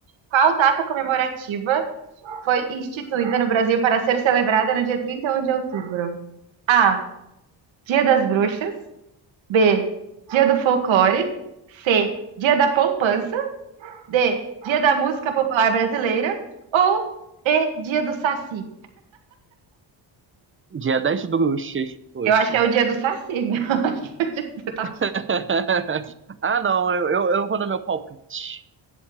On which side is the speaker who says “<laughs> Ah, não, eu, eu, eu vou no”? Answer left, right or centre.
Right